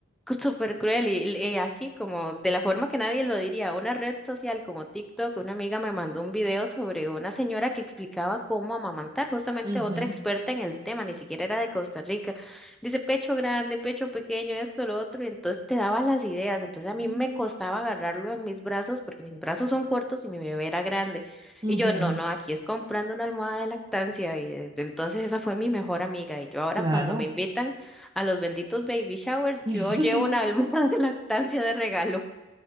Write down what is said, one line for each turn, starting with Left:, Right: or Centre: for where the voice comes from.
Centre: Súper cruel y eh, aquí como de la forma que nadie lo diría, una red social como TikTok, una amiga me mandó un video sobre una señora que explicaba cómo amamantar, justamente
Right: Ujú.
Centre: otra experta en el tema, ni siquiera era de Costa Rica. Dice pecho grande, pecho pequeño, esto, lo otro, y entonces te daba las ideas. Entonces a mí
Right: Mm,
Centre: me costaba agarrarlo en mis brazos porque mis brazos son cortos y mi bebé era grande.
Right: ujú,
Centre: Y yo, no, no, aquí es comprando una almohada de lactancia y desde entonces esa fue mi mejor amiga y yo ahora
Right: Claro.
Centre: cuando me invitan... A los benditos baby showers,
Right: <laughs>
Centre: yo llevo una <laughs> almohada de lactancia de regalo.